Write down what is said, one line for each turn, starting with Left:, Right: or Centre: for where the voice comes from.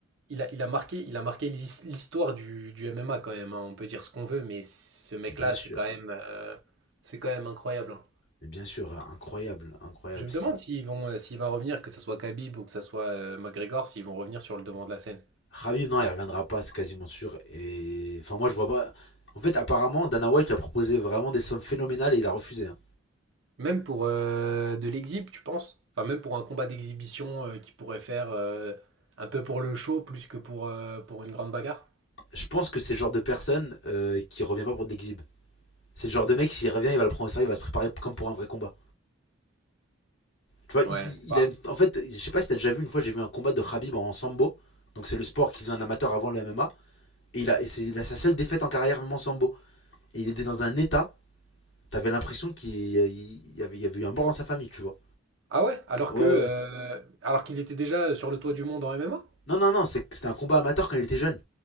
Right: Il a, il a marqué, il a marqué l'his- l'histoire du, du MMA quand même. hein. On peut dire ce qu'on veut, mais ce mec-là,
Left: Mais bien sûr.
Right: c'est quand même, euh, c'est quand même incroyable. hein.
Left: Mais bien sûr, incroyable. Incroyable.
Right: Je me
Left: Ce
Right: demande
Left: qui...
Right: s'ils vont, euh, s'il va revenir, que ce soit Khabib ou que ce soit euh, McGregor, s'ils vont revenir sur le devant de la scène.
Left: Khabib, non, il reviendra pas, c'est quasiment sûr. Et enfin, moi, je vois pas. En fait, apparemment, Dana White a proposé vraiment des sommes phénoménales et il a refusé. hein.
Right: Même pour euh, de l'exhib, tu penses? Enfin, même pour un combat d'exhibition euh, qui pourrait faire euh, un peu pour le show plus que pour, euh, pour une grande bagarre.
Left: Je pense que c'est le genre de personne euh, qui revient pas pour de l'exhibe. C'est le genre de mec, s'il revient, il va le prendre au sérieux, il va se préparer comme pour un vrai combat. Tu vois, il,
Right: Ouais. Bah.
Left: il- aime. En fait, je sais pas si t'as déjà vu, une fois, j'ai vu un combat de Khabib en sambo. Donc, c'est le sport qu'il faisait en amateur avant le MMA. Et il a, et c'est il a sa seule défaite en carrière, même en sambo. Et il était dans un état, t'avais l'impression qu'il il y avait, il y avait eu un mort dans sa famille, tu vois.
Right: Ah ouais? Alors
Left: Ouais,
Right: que, euh,
Left: ouais.
Right: alors qu'il était déjà sur le toit du monde en MMA?
Left: Non, non, non, c'est- c'était un combat amateur quand il était jeune.